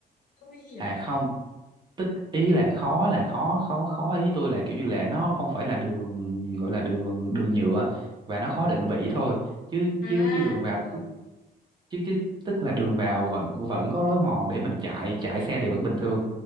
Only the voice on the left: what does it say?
nguy hiểm
Ừ.
À
rồi rồi.